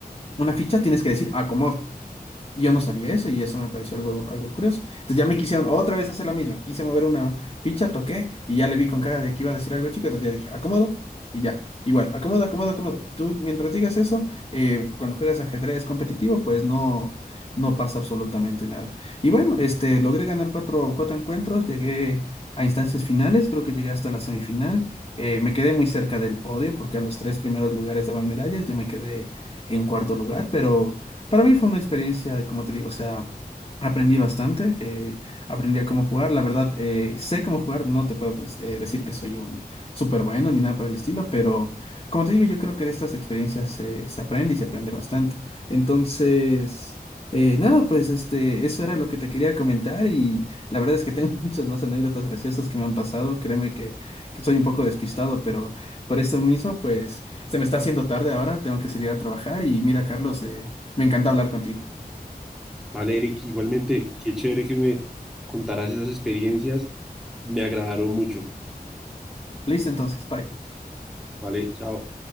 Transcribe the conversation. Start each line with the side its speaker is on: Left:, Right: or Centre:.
Left: una ficha, tienes que decir acomodo. Y yo no sabía eso y eso me pareció algo, algo curioso. Entonces ya me quisieron otra vez hacer la misma. Quise mover una ficha, toqué y ya le vi con cara de que iba a decir algo chico. Entonces ya dije, acomodo y ya. Igual, acomodo, acomodo, acomodo. Tú mientras digas eso, eh, cuando juegas ajedrez competitivo, pues no, no pasa absolutamente nada. Y bueno, este, logré ganar cuatro, cuatro encuentros, llegué a instancias finales, creo que llegué hasta la semifinal. Eh, me quedé muy cerca del podio porque a los tres primeros lugares daban medallas, yo me quedé en cuarto lugar, pero... Para mí fue una experiencia, como te digo, o sea, aprendí bastante, eh, aprendí a cómo jugar, la verdad, eh, sé cómo jugar, no te puedo cons- eh, decir que soy un súper bueno ni nada por el estilo, pero como te digo, yo creo que de estas experiencias eh, se aprende y se aprende bastante. Entonces, eh, nada, pues este, eso era lo que te quería comentar y la verdad es que tengo <laughs> muchas más anécdotas graciosas que me han pasado, créeme que, que soy un poco despistado, pero por eso mismo, pues... Se me está haciendo tarde ahora, tengo que salir a trabajar y mira, Carlos, eh, me encanta hablar contigo.
Centre: Vale, Eric, igualmente, qué chévere que me contaras esas experiencias, me agradaron mucho.
Left: Listo, entonces, bye.
Centre: Vale, chao.